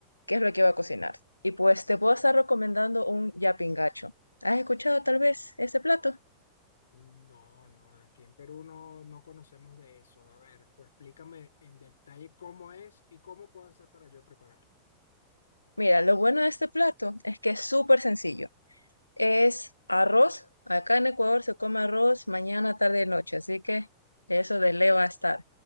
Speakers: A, on the left; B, on the left.
A: qué es lo que iba a cocinar. Y pues te puedo estar recomendando un yapingacho. ¿Has escuchado tal vez este plato?
B: No, no, aquí en Perú no, no conocemos de eso. A ver, co- explícame en detalle cómo es y cómo puedo hacer para yo prepararlo.
A: Mira, lo bueno de este plato es que es súper sencillo. Es arroz. Acá en Ecuador se come arroz mañana, tarde y noche, así que eso de le va a estar.